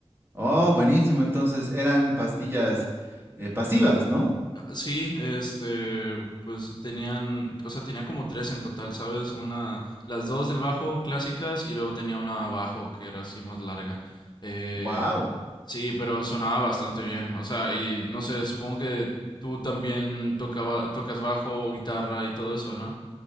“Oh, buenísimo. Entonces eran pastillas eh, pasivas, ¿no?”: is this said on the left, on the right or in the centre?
Right